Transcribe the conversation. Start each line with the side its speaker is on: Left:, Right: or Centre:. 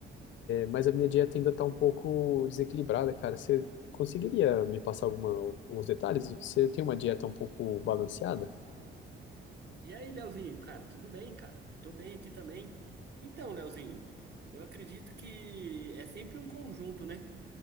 Left: Mas a minha dieta ainda tá um pouco desequilibrada, cara. Você conseguiria me passar alguma, alguns detalhes? Você tem uma dieta um pouco balanceada?
Right: E aí, Leozinho, cara, tudo bem, cara? Tô bem aqui também. Então, Leozinho, eu acredito que é sempre um conjunto, né?